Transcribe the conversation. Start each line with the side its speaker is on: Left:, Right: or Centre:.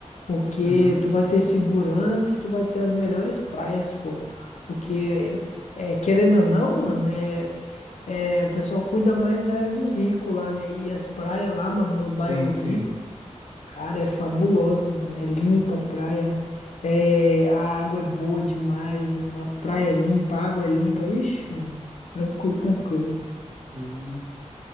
Left: Porque
Right: Uhum.
Left: tu vai ter segurança e tu vai ter as melhores praias, pô. Porque, é, querendo ou não, mano, é, é, o pessoal cuida mais da área dos ricos lá, né? E as praias lá, mano, no bairro
Right: Sim,
Left: rico,
Right: sim.
Left: cara, é fabuloso, mano. É limpa a praia, é, a água é boa demais, mano. A praia é limpa, a água é limpa. Ixi, mano, tranquilo, tranquilo.
Right: Hum,